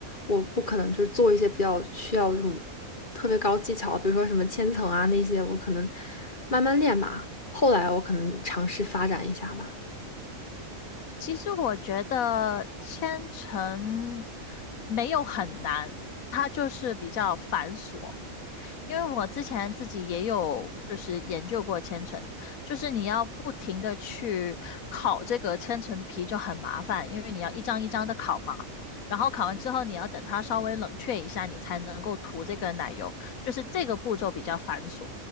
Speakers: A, on the left (about 35°); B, on the left (about 80°).
A: 我不可能就是做一些比较需要这种特别高技巧，比如说什么千层啊那些，我可能慢慢练吧。后来我可能尝试发展一下吧。
B: 其实我觉得千层没有很难，它就是比较繁琐。因为我之前自己也有就是研究过千层，就是你要不停的去烤这个千层皮就很麻烦，因为你要一张一张的烤嘛。然后烤完之后，你要等它稍微冷却一下，你才能够涂这个奶油，就是这个步骤比较繁琐，